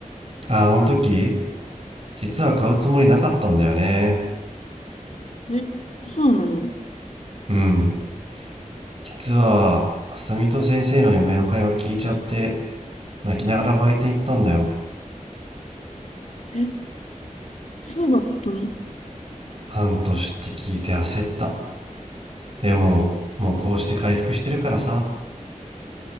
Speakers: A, on the right (about 45°); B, on the left (about 60°).
A: あ、あの時、実は買うつもりなかったんだよね。
B: え、そうなの
A: うん。実は、あさみと先生の嫁の会話聞いちゃって、泣きながら売店行ったんだよ。
B: え、そうだったの
A: 半年って聞いて焦った。でも、もうこうして回復してるからさ、